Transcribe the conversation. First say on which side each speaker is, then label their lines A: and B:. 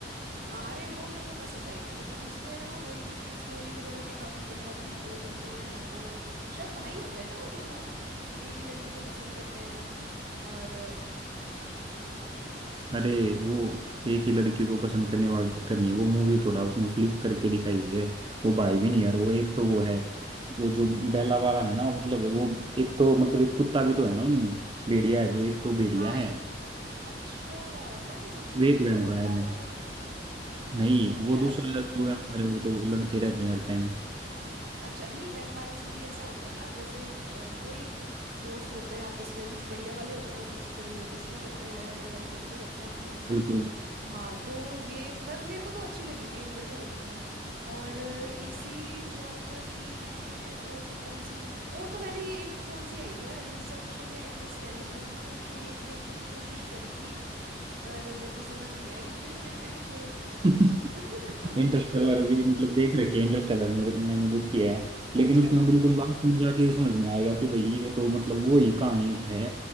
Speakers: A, on the right; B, on the right.
A: हाँ अरे वो मेरे को पसंद आई थी मतलब उसमें ना वही क्योंकि स्टोरी वगैरह भी काफी बढ़िया थी दो बंदे हैं वो शायद भाई होते हैं ना वो दोनों एक ही लड़की को पसंद करते हैं और
B: अरे वो एक ही लड़की को पसंद करने वाला चक्कर नहीं वो मूवी थोड़ा उसमें फ्लिप करके दिखाई हुई है वो भाई भी नहीं यार वो एक तो वो है वो जो बेला वाला है ना मतलब वो एक तो मतलब एक कुत्ता भी तो है ना उनमें भेड़िया है जो एक तो भेड़िया
A: हाँ
B: है
A: एक अच्छा मैं तो सोच रही
B: वो
A: दोनों
B: एक वैम्पायर
A: वैम्पायर
B: है
A: हैं मैं
B: नहीं
A: भूल गई
B: वो
A: यार
B: दूसरा जो वैम्पायर है वो तो लड़ते रहते हैं हर टाइम
A: अच्छा नहीं वैम्पायर्स में भी ऐसा होता है ना जैसे एक, अ, वही कुछ दोस्त होते हैं आपस में कुछ बढ़िया वाले होते हैं कुछ फिर वो दुश्मन होते हैं लड़ाई बड़ाई करते रहते हैं अपनी
B: बिल्कुल
A: हाँ तो ये मतलब मेरे को तो अच्छी लगी थी ये बढ़िया लगी थी और अ, इसी जॉनर की मैंने और तो कौन सी मु- और तो मैंने ये एक कौन सी आई थी यार इंसेप्शन या इंटरस्टेलर दोनों में से कोई एक देखने की कोशिश करी थी पर मेरे को समझ नहीं आई <laughs> फिर मैंने छोड़ दी
B: <laughs>
A: <laughs> तो तुमने
B: इंटरस्टेलर
A: देखी है
B: भी मतलब देख रखी है इंटरस्टेलर मेरे मैंने देखी है लेकिन
A: अच्छा
B: उसमें बिल्कुल लास्ट में जाके ये समझ में आएगा कि भाई ये तो मतलब वो ही कहानी है